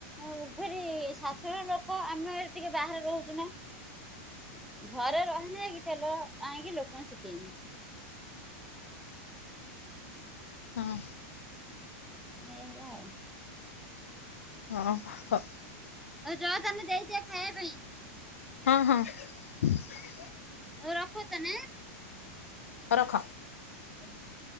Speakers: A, in the centre; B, on the left.
A: ଉଁ ଫେରି ଶାଶୁଘର ଲୋ ତଆମେ ଟିକେ ବାହାରେ ରହୁଚୁନା ଘରେ ରହିନେ ଇ ଟେଲର ଆଣିକି ଲୋକଙ୍କୁ ଶିକେଇମି।
B: ହଁ।
A: ଏଇ ହେଲା ଆଉ।
B: ହଁ ହ।
A: ଆଉ ଜତାନେ ଦେଇଦିଅ ଖାଇବା ପାଇଁ?
B: ହଁ ହଁ। <inaudible>
A: ହଉ ରଖୁଚି ତାନେ?
B: ରଖ।
A: <unintelligible>